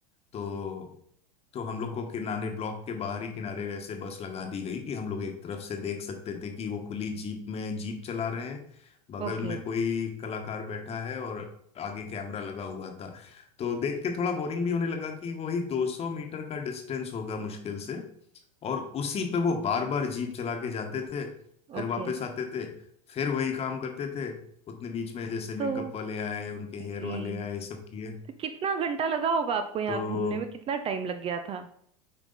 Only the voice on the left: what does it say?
तो तो हम लोग को किनारे ब्लॉक के बाहरी किनारे ऐसे बस लगा दी गई कि हम लोग एक तरफ से देख सकते थे कि वो खुली जीप में जीप चला रहे हैं बगल
में कोई कलाकार बैठा है और आगे कैमरा लगा हुआ था तो देख के थोड़ा बोरिंग भी होने लगा कि वही 200 मीटर का डिस्टेंस होगा मुश्किल से और उसी पे वो बार बार जीप चला के जाते थे फिर
वापस आते थे फिर वही काम करते थे उतने बीच में जैसे मेकअप
वाले आए उनके हेयर
वाले आए सब किए
तो